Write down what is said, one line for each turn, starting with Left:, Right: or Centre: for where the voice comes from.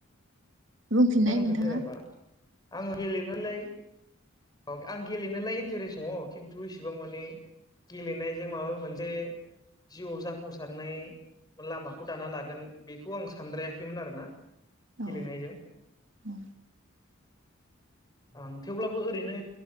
Left: <unintelligible>
Right: बुंफिननाय नोंथाङा
Left: आङो गेलेनोलाय औ आं गेलेनोलाय इन्टारेस्ट दङ खिन्थु इसेबां माने गेलेनायजों माबा मोनसे जिउआव जाफुंसारनाय लामाखौ दाना लागोन बेखौ आं सानद्रायाखैमोन आरोना।
Right: औ
Left: गेलेनायजों
Right: औ
Left: आं थेवब्लाबो ओरैनो